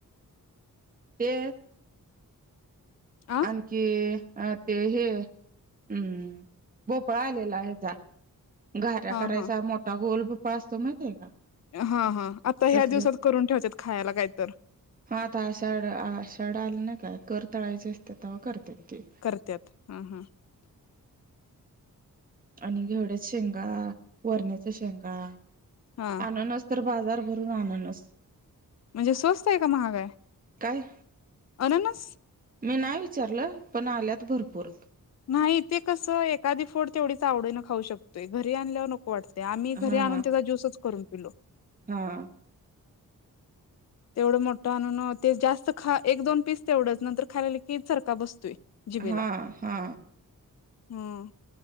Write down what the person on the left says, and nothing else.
आ
हा
हा
हां हां आता
ह्या दिवसात करून ठेवतात खायाला कायतर.
करत्यात हम हम.
हा.
म्हणजे स्वस्त आहे का महागाय?
अननस
नाही ते कसं एखादी फोड तेवढीच आवडीन खाऊ शकतेय घरी आणल्यावर न वाटत य आम्ही घरी
आणून तेव्हा ज्यूसच करून पिलो.
तेवढं मोठं आणून मग ते जास्त खा एक दोन पीस तेवढंच नंतर खायलं की चरखा बसतोय. जिबेला
हम्म.